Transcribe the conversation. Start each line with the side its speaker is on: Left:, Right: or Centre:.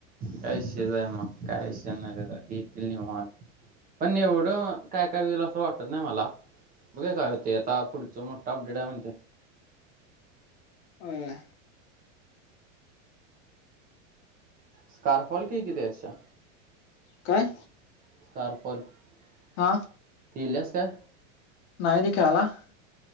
Right: कायसेज आहे मग काहीसे नाही रे येतील नि <unintelligible> पण एव्हढं काय काय होईल असं वाटत नाही मला, बघे काय हो ते आता पुढचं मोठं अपडेट आहे म्हणतात.
Left: हम्म
Right: स्कारफॉल कि <unintelligible>
Left: काय?
Right: <unintelligible>
Left: अं
Right: लिहिल्यास का?
Left: नाहीयरी ख्याला <unintelligible>